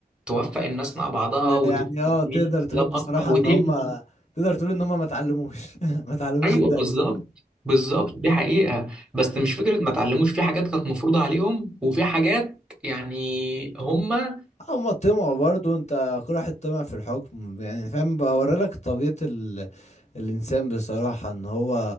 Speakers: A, in the centre; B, on the left.
A: توفق الناس مع بعضها وتميل
B: يعني اه تقدر
A: للسلام
B: تقول بصراحة
A: اكتر وتبني
B: ان هم تقدر تقول ان هم ما اتعلموش <laughs> ما اتعلموش
A: ايوه
B: الدرس
A: بالظبط بالظبط دي حقيقة بس مش فكرة ما اتعلموش في حاجات كانت مفروضة عليهم وفي حاجات يعني هما
B: هم طمعوا برضو انت كل واحد طمع في الحكم يعني فاهم بوريلك طبيعة ال... الانسان بصراحة ان هو